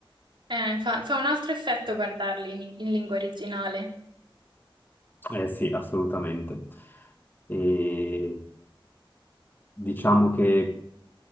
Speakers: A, on the right; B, on the left.
A: Eh, fa, fa un altro effetto guardarli in, in lingua originale.
B: Eh sì, assolutamente. E diciamo che